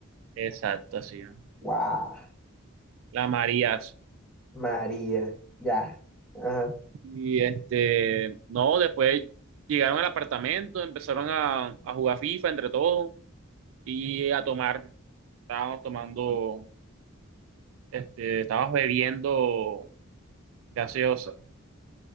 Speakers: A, on the right (about 65°); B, in the centre.
A: Exacto, así. ¿no?
B: Wow.
A: La Marías.
B: María. Ya. Ajá.
A: Y este, no, después llegaron al apartamento, empezaron a, a jugar FIFA entre todos y a tomar. Estábamos tomando, este, estábamos bebiendo gaseosa.